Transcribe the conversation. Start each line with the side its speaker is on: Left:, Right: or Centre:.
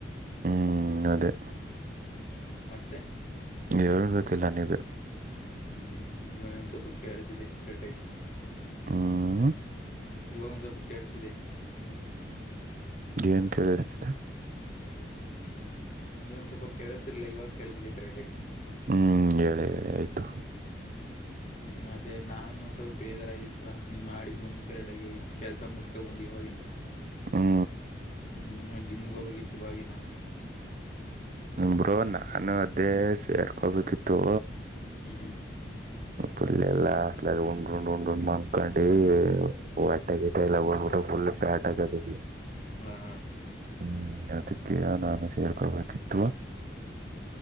Right: ಹ್ಮ್ ಅದೇ
Left: ಮತ್ತೆ
Right: ಹೇಳಬೇಕೆಲ್ಲ ನೀವೇ
Left: ಹ್ಮ್ ಇವಾಗ ಒಂದ್ ಸ್ವಲ್ಪ ಕೇಳಿಸ ಇದೆ ಕರೆಕ್ಟಾಗಿ
Right: ಹ್ಮ್
Left: ಇವಾಗೊಂದ ಸ್ವಲ್ಪ ಕೇಳಿಸಿದೆ
Right: ಏನ್ ಕೇಳಸ್ತಿದೆ
Left: ಅದೇ ಒಂದ್ ಸ್ವಲ್ಪ ಕೆಳಸ್ತಿರಲಿಲ್ಲ ಇವಾಗ ಕೇಳಸ್ತಿದೆ ಕರೆಕ್ಟಗೆ
Right: ಹ್ಮ್ ಹೇಳಿ ಹೇಳಿ ಆಯ್ತು
Left: ಹ್ಮ್ ಅದೇ ನಾನು ಸ್ವಲ್ಪ ಬೇಜಾರ ಆಗಿದ್ನೆಲ್ಲ ನಿನ್ ಮಾಡಿದ್ದು ಹೆಂಗ <unintelligible> ಕೆಲ್ಸ ಮುಗಸ್ಕೊ ಬಂದ್ ಇವಾಗಿನ
Right: ಹ್ಮ
Left: ಹ್ಮ್ ನಾ ಜಿಮ್ಗೆ ಹೋಗಬೇಕಿತ್ತು ಇವಗಿನ
Right: ಬ್ರೋ ನಾನು ಅದೇ ಸೇರ್ಕೋಬೇಕಿತ್ತು
Left: ಹ್ಮ ಹ್
Right: ಪುಲ್ ಎಲ್ಲಾ ಹಸ್ಟ್ಲಾಗ ಉಂಡ ಉಂಡ್ ಉಂಡ್ ಮಲ್ಕೊಂಡವಿ ಒಟ್ಟೆಗೆ <unintelligible>
Left: ಹಾ ಹಾ
Right: ಹ್ಮ್ ಅದಕ್ಕೆ ನಾನು ಸೇರ್ಕೋಬೇಕಿತ್ತು